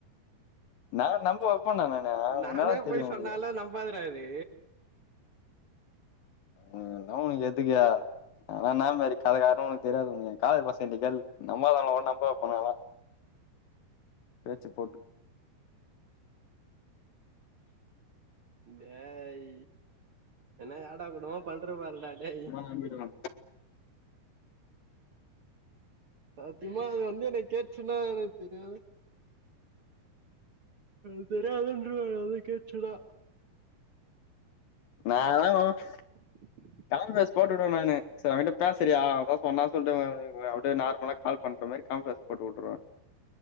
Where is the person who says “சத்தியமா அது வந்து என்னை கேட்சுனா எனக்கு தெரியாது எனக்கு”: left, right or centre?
Right